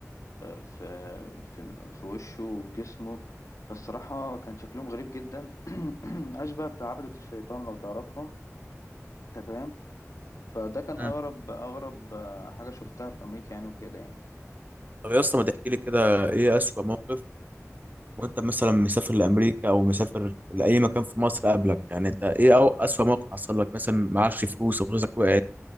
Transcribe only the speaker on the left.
في في, في وشه وفي جسمه فالصراحه كان شكلهم غريب جدا <clears throat> اشبه بعبدة الشيطان لو تعرفهم انت فاهم فده كان
اغرب اغرب آه، حاجه شفتها في امريكا يعني وكده يعني